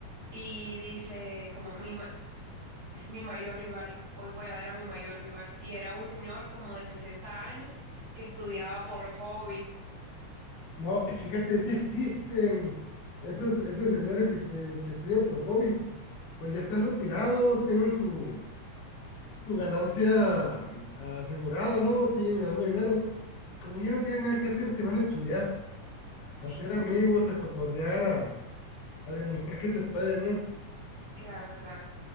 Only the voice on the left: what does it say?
No, y fíjate, si existen esos, esos señores que, que, que estudian por hobby, pues ya están retirados, tienen su, su ganancia mm, asegurada, ¿no? Siguen ganando dinero. Y como ya no tienen nada que hacer, se van a estudiar, a
hacer amigos, a cotorrear, a, a demostrar que se puede, ¿no?